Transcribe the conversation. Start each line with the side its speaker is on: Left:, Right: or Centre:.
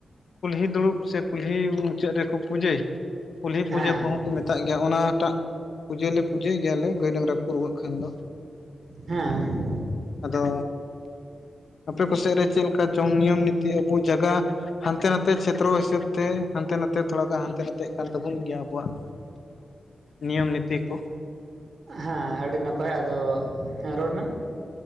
Left: ᱠᱩᱞᱦᱤ ᱫᱩᱲᱩᱵ ᱥᱮ ᱠᱩᱞᱦᱤ ᱢᱩᱪᱟᱹᱫ ᱨᱮᱠᱚ ᱯᱩᱡᱟᱹᱭ ᱠᱩᱞᱦᱤ ᱯᱩᱡᱟᱹ
Right: ᱦᱮᱸ
Left: ᱠᱚᱦᱚᱸ ᱠᱚ ᱢᱮᱛᱟᱜ ᱜᱮᱭᱟ ᱚᱱᱟᱴᱟᱜ ᱯᱩᱡᱟᱹ ᱞᱮ ᱯᱩᱡᱟᱹᱭ ᱜᱮᱭᱟᱞᱮ ᱜᱟᱹᱭ ᱰᱟᱝᱨᱟ ᱠᱚ ᱨᱩᱣᱟᱹᱜ ᱠᱷᱟᱱ ᱫᱚ
Right: ᱦᱮᱸ
Left: ᱟᱫᱚ ᱟᱯᱮ ᱠᱚᱥᱮᱫ ᱨᱮ ᱪᱮᱫ ᱞᱮᱠᱟ ᱪᱚᱝ ᱱᱤᱭᱚᱢ ᱱᱤᱛᱤ ᱟᱵᱚ ᱡᱟᱭᱜᱟ ᱦᱟᱱᱛᱮ ᱱᱟᱛᱮ ᱪᱷᱮᱫᱨᱚ ᱦᱤᱥᱟᱹᱵᱛᱮ ᱦᱟᱱᱛᱮ ᱱᱟᱛᱮ ᱛᱷᱚᱲᱟᱫᱚ ᱦᱟᱱᱛᱮ ᱱᱟᱛᱮᱜ ᱠᱟᱱ ᱛᱟᱵᱚᱱ ᱜᱮᱭᱟ ᱟᱵᱚᱣᱟᱜᱼᱟ ᱱᱤᱭᱚᱢ ᱱᱤᱛᱤ ᱠᱩ
Right: ᱦᱮᱸ ᱟᱹᱰᱤ ᱱᱟᱯᱟᱭ ᱟᱫᱚ ᱦᱮᱸ ᱨᱚᱲ ᱢᱮ